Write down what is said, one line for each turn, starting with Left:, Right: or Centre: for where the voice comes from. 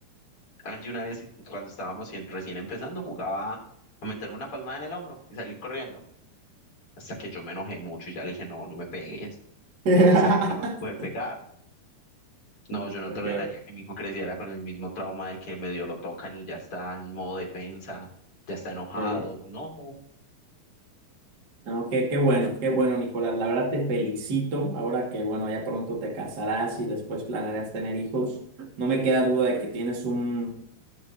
Left: Angie, una vez, cuando estábamos en- recién empezando, jugaba a meterme una palmada en el hombro y salir corriendo. Hasta que yo me enojé mucho y ya le dije, no, no me pegues.
Right: <laughs>
Left: Y Angie sabe que no me puede pegar. No, yo no
Right: Okay.
Left: toleraría que mi hijo creciera con el mismo trauma de que medio lo tocan y ya está en modo defensa, ya está enojado.
Right: sí.
Left: No.
Right: No, qué, qué bueno, qué bueno, Nicolás. La verdad te felicito. Ahora que, bueno, ya pronto te casarás y después planearás tener hijos, no me queda duda de que tienes un,